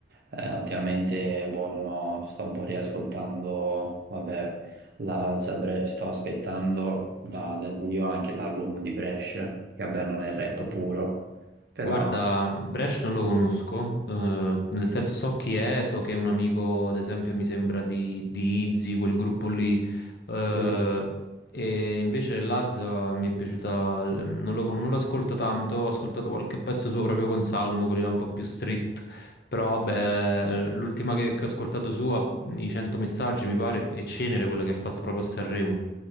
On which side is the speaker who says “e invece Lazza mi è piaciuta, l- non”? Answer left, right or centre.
Left